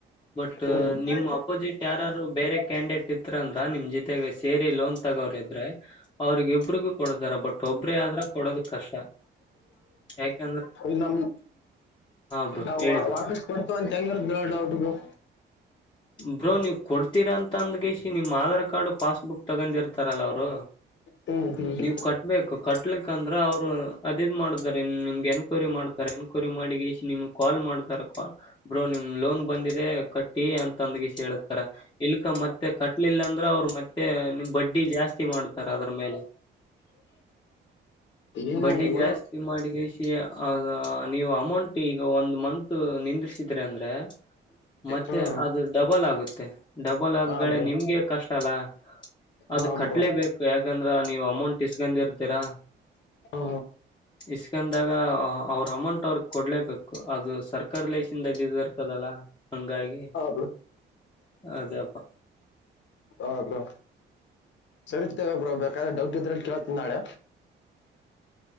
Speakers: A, on the left (about 25°); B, on the left (about 65°).
A: ಬಟ್
B: ಹ್ಮ್
A: ನಿಮ್ಮ್ ಅಪೋಸಿಟ್ ಯಾರಾರು ಬೇರೆ ಕ್ಯಾಂಡಿಡೇಟ್ ಇತ್ತ ಅಂದ್ರ ನಿಮ್ ಜೊತೆಗೆ ಸೇರಿ ಲೋನ್ ತಗೋ್ರ ಇ ಅವ್ರಗೊಬ್ರಿಗೂ ಕೊಡದಾರ ಬಟ್ ಒಬ್ರೇ ಆದ್ರ ಕೊಡೋದ ಕಷ್ಟ ಯಾಕೆ
B: ಹ ನ
A: ಬ್ರೋ
B: ನಾವು
A: ಹೇಳಿ ಬ್ರೋ
B: ವಾಪಸ್ ಕೊಡ್ತ ಹೆಂಗರ ದಡಔಟ್ ಗ
A: ಬ್ರೋ ನೀವ್ ಕೊಡ್ತೀರ ಅಂತ ಅಂದಗಸ ನಿಮ್ ಆಧಾರ್ ಕಾರ್ಡ್ ಪಾಸ್ಬುಕ್ ತಗೊಂಡಿರ್ತಾರಲ್ಲ ಅವರು
B: ಹ್ಮ್ ಹ್ಮ್
A: ನೀವ್ ಕಟ್ಬೇಕು ಕಟ್ಲಿಕ್ ಅಂದ್ರ ಅವ್ರು ಅದದು್ ಮಾಡಿದ್ರ ನಿಮಗೆನ್ ಕ ಕೊರಿ ಮಾಡ್ತಾರೆ ಏನ್ ಕೋರಿ ಮಾಡಿಗೆ ನಿಮ ಕಾಲ್ ಮಾಡತಾರೆ ಬ್ರೋ ನಿಮ್ ಲೋನ್ ಬಂದಿದೆ ಕಟ್ಟಿ ಅಂತ ತಂದಗ ಹೇಳತಾರ ಇಲ್ಕ ಮತ್ತೆ ಕಟ್ಲಿಲ್ಲಾ ಅಂದ್ರ ಅವ್ರರು ಮತ್ತೆ ಬಡ್ಡಿ ಜಾಸ್ತಿ ಮಾಡ್ತಾರ ಅದ್ರ ಮೇಲೆ
B: ಏನೋ
A: ಬಡ್ಡಿ
B: ಹುಳ
A: ಜಾಸ್ತಿ ಮಾಡಿಕ ಸಿ ಅದು ನೀವು ಅಮೌಂಟ್ ಈಗ ಒಂದು ಮಂತು ನಿಂದಿಸಿದ್ರೆ ಅಂದರೆ ಮತ್ತೆ
B: ಹಾ
A: ಅದು ಡಬಲ್ ಆಗುತ್ತೆ ಮತ್ತು <unintelligible> ಡಬಲ್ ಆದಳೆ
B: ಹಾ ಬ್ರೋ
A: ನಿಮ್ಗೆ ಕಷ್ಟ ಚಲ ಅದು
B: ಹಾ
A: ಕಟ್ಲೇಬೇಕು
B: ಬ್ರೋ
A: ಯಾಕಂದ್ರ ನೀವು ಅಮೌಂಟ್ ಇಸ್ಕೊಂಡ ಇರ್ತೀರಾ
B: ಹಾ
A: ಇಸ್ಕಂದಾಗ ಅವ್ರ ಅಮೌಂಟ್ ಅವ್ರಗ್ ಕೊಡ್ ನಡ್ಲೇಬೇಕು ಅದು ಸರ್ಕಾರಾರಿ ಲೇಸಿಂದದದು ಇರ್ತದಲ್ಲ ಹಂಗಾಗಿ
B: ಬ್ರೋ
A: ಅದಪ್ಪ
B: ಹ ಬ್ರೋ ಸರಿತೇವೆ ಬ್ರೋ ಬೇಕಾದ್ರೆ ಡೌಟ್ ಇದ್ರ ಕೇಳತ್ ನಾಳೆ